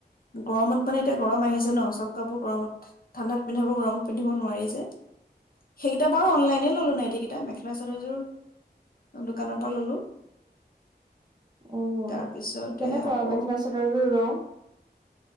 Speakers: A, on the left (about 60°); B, on the right (about 25°).
A: গৰমত
B: উম
A: মানে এতিয়া গৰম আহিছে ন চব কাপোৰ গৰমত ঠাণ্ডাত পিন্ধাব, গৰমত পিন্ধিব নোৱাৰি যে, সেইকেইটা বাৰু অনলাইনে ল'লো
B: হয়।
A: নাইটি কেইটা, মেখ লা চাদৰযোৰ দোকানৰ পৰা ল'লো।
B: অ',
A: তাৰপিছতে
B: কেনেকুৱা
A: আকৌ
B: মেখেলা চাদৰযোৰ ৰং?